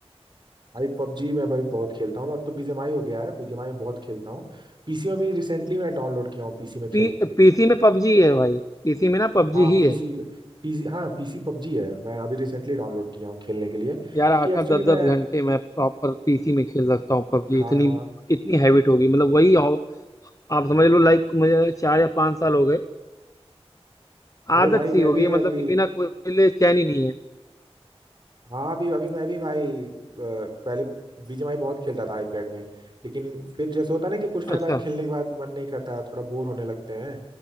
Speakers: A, on the right (about 45°); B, on the left (about 30°).
A: भाई पबजी मैं भाई बहुत खेलता हूँ अब तो बीजीएमआई हो गया है बीजीएमआई में बहुत खेलता हूँ पीसी में भी रिसेंटली मैं डाउनलोड किया हूँ पीसी में खेलने
B: पी
A: के लिए
B: पीसी में पबजी है भाई पीसी में ना पबजी
A: हाँ
B: ही
A: पीसी
B: है
A: पीसी हाँ पीसी पबजी है मैं अभी रिसेंटली डाउनलोड किया हूँ खेलने के लिए क्योंकि
B: यार आकर
A: एक्चुअली
B: दस
A: मैं
B: दस घंटे मैं प्रॉपर पीसी में खेल सकता हूँ पबजी
A: हाँ
B: इतनी
A: हाँ
B: इतनी हैबिट होगी मतलब वही हो, आप समझ लो लाइक मुझे चार या पांच साल हो गए
A: अरे
B: आदत
A: भाई
B: सी
A: मैं
B: हो
A: भी
B: गई है, मतलब
A: अभी
B: कि बिना खोले चैन ही नहीं है
A: हाँ अभी अभी मैं भी भाई अ, पहले बीजीएमआई बहुत खेलता था आईपैड में लेकिन फिर जैसे होता है ना कि कुछ टाइम
B: अच्छा
A: बाद खेलने के बाद मन नहीं करता थोड़ा बोर होने लगते हैं